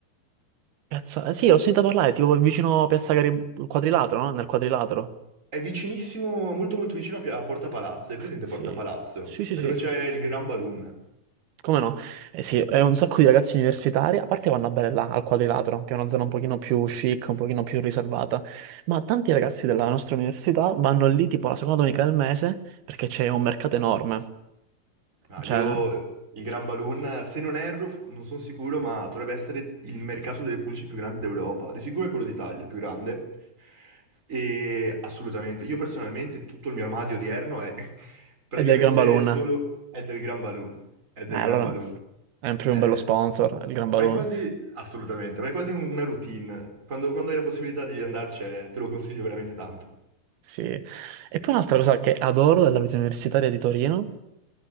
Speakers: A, on the right; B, on the right.
A: Piazza... eh, Sì, l'ho sentita parlare, tipo vicino Piazza Garibaldi, quadrilatero, no? Nel quadrilatero.
B: È vicinissimo, molto molto vicino a Pia- a Porta Palazzo, è presente
A: Sì,
B: Porta Palazzo?
A: sì, sì,
B: È
A: sì.
B: dove c'è il Gran Balloon.
A: Come no? Eh sì, è un sacco di ragazzi universitari, a parte vanno a bere là, al quadrilatero, che è una zona un pochino più chic, un pochino più riservata, ma tanti ragazzi della nostra università vanno lì tipo la seconda domenica del mese, perché c'è un mercato enorme,
B: Ah,
A: cioè,
B: io il Gran Balloon, se non erro, non sono sicuro, ma dovrebbe essere il mercato delle pulci più grande d'Europa. Di sicuro è quello d'Italia, il più grande. E assolutamente, io personalmente tutto il mio armadio odierno è <laughs> praticamente
A: è del Gran Balloon.
B: solo è del Gran Balloon, è del
A: Eh,
B: Gran
A: allora,
B: Balloon.
A: è proprio
B: Eh,
A: un bello sponsor, il Gran
B: ma
A: Balloon.
B: è quasi, assolutamente, ma è quasi una routine. Quando, quando hai la possibilità di andarci, eh, te lo consiglio veramente tanto.
A: Sì. E poi un'altra cosa che adoro della vita universitaria di Torino